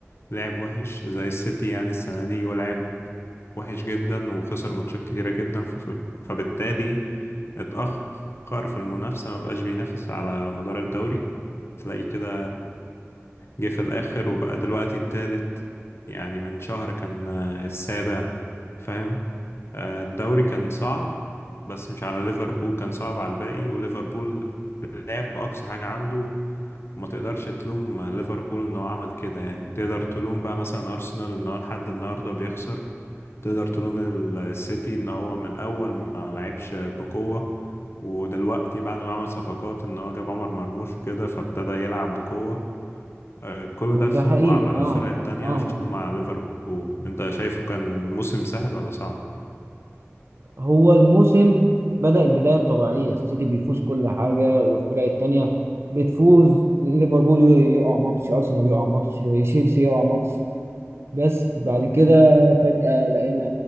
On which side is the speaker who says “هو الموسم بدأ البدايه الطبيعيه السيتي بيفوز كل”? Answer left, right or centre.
Right